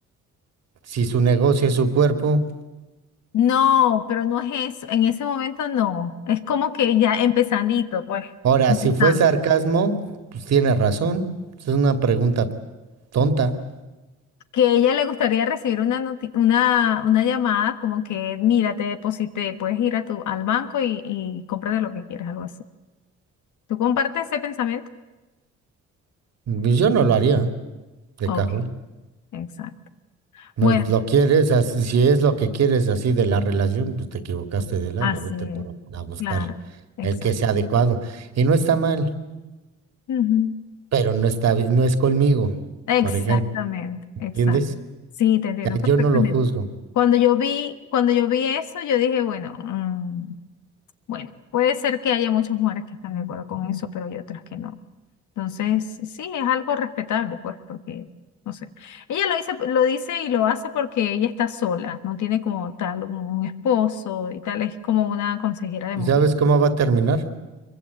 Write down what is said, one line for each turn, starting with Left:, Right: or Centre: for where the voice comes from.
Right: Si su negocio es su cuerpo.
Left: No, pero no es eso. En ese momento no. Es como que ya empezandito, pues.
Right: Ahora,
Left: Empezando.
Right: si fue sarcasmo, pues tiene razón. Es una pregunta tonta.
Left: Que a ella le gustaría recibir una, noti- una, una llamada como que, mira, te deposité, puedes ir a tu, al banco y, y cómprate lo que quieras, algo así. ¿Tú compartes ese pensamiento?
Right: Pues Yo no lo haría, de
Left: Ok,
Right: cajón.
Left: exacto.
Right: No
Left: Bueno,
Right: lo quieres, así, si es lo que quieres así de la relación, pues te equivocaste de lado,
Left: así
Right: vete
Left: es.
Right: por, o- a buscar
Left: Claro, exacto.
Right: el que sea adecuado. Y no está mal,
Left: Ujú.
Right: pero no está, bi- no es conmigo,
Left: Exactamente,
Right: por ejemplo, ¿entiendes?
Left: exacto. Sí, te entiendo
Right: O sea,
Left: perfectamente.
Right: yo no lo juzgo.
Left: Cuando yo vi, cuando yo vi eso, yo dije, bueno, mm, Bueno, puede ser que haya muchas mujeres que están de acuerdo con eso, pero hay otras que no. Entonces, sí, es algo respetable, pues, porque, no sé. Ella lo dice, lo dice y lo hace porque ella está sola, no tiene como tal un, un esposo y tal, es como una consejera de
Right: ¿Y
Left: mujer,
Right: sabes cómo va a terminar?